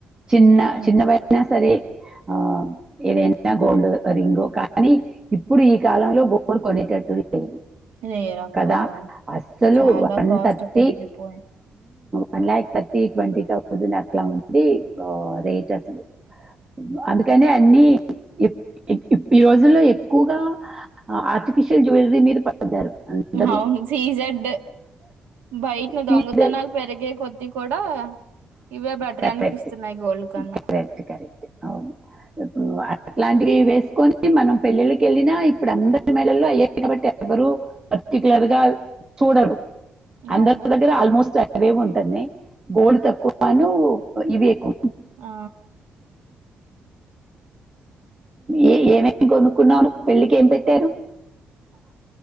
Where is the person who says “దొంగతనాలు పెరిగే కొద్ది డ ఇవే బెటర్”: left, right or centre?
Right